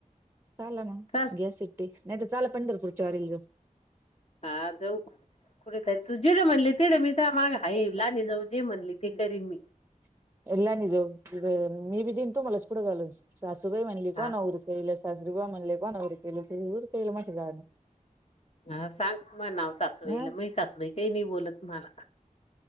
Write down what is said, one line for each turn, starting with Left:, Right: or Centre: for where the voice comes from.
Right: चाला ना
Left: चाल
Right: गॅस इट्टी नाहीत चाला पंढर कडच वारी.
Left: हा जाऊ कुठेतरी तू जेडं म्हणले तेढं मी तर मागा हा ये लाने जाऊ जे म्हणले ते करीन मी.
Right: <unintelligible>
Left: हा
Right: <unintelligible>
Left: हा सांग म नाव सासूबाईला
Right: अ
Left: म सासूबाई काही नाही बोलत मला.